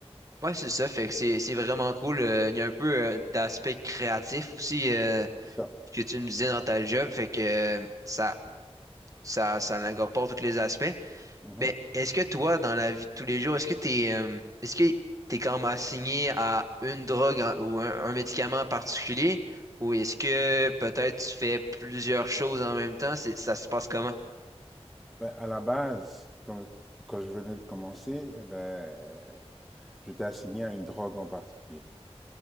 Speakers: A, on the right; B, in the centre.
A: ouais, c'est ça. Fait que c'est c'est vraiment cool. Euh, il y a un peu euh, d'aspect créatif aussi euh,
B: C'est ça.
A: que tu me disais dans ta job. Fait que euh, ça ça, ça incorpore tous les aspects.
B: Mhm.
A: Mais est-ce que toi, dans la vie de tous les jours, est-ce que t'es, euh, est-ce que t'es quand même assigné à une drogue en- ou un, un médicament en particulier? Ou est-ce que peut-être tu fais plusieurs choses en même temps? C'est- ça se passe comment?
B: Ben, à la base, quand, quand je venais de commencer, eh ben, j'étais assigné à une drogue en particulier.